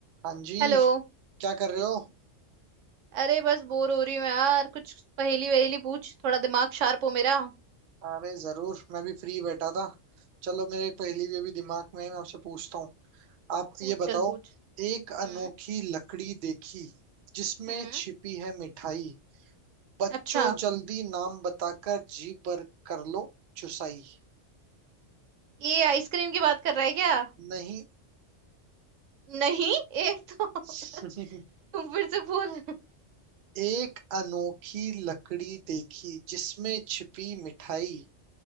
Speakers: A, on the right; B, on the right.
A: हाँ जी
B: हेलो
A: क्या कर रहे हो
B: अरे बस बोर हो रही हूँ यार कुछ पहेली वहेली पूछ थोड़ा दिमाग शार्प हो मेरा
A: अरे जरूर मैं भी फ्री बैठा था चलो मेरे एक पहेली भी अभी दिमाग में है मैं आपसे पूछता हूँ आप
B: पूछ
A: ये बताओ
B: चल पूछ
A: एक अनोखी
B: हम्म
A: लकड़ी देखी जिसमें
B: हम्म
A: छिपी है मिठाई बच्चों
B: अच्छा
A: जल्दी नाम बताकर जी पर कर लो चुसाई
B: ये आइसक्रीम की बात कर रहा है क्या
A: नहीं
B: नहीं एक तो <laughs>
A: <laughs>
B: तुम फिर से बोल
A: एक अनोखी लकड़ी देखी जिसमें छिपी मिठाई